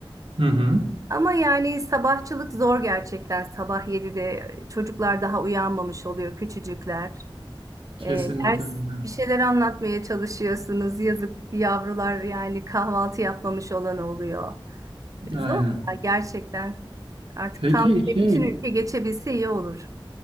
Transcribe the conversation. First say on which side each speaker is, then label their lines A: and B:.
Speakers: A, on the right; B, on the right.
A: Hı hı.
B: Ama yani sabahçılık zor gerçekten. Sabah 7'de çocuklar daha uyanmamış oluyor, küçücükler.
A: Kesinlikle
B: Ee, ders
A: öyle.
B: bir şeyler anlatmaya çalışıyorsunuz. Yazık yavrular yani kahvaltı yapmamış olan oluyor. Ee,
A: Aynen.
B: Zor ya gerçekten. Artık
A: Peki
B: tam böyle
A: şey
B: bütün ülke geçebilse iyi olur.